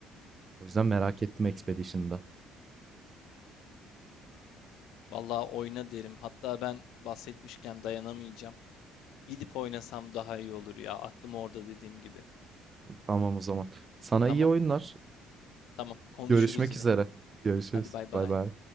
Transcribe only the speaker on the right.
O yüzden merak ettim Expedition'da.
Tamam o zaman. Sana
iyi oyunlar.
Görüşmek
üzere. Görüşürüz.
Bay bay.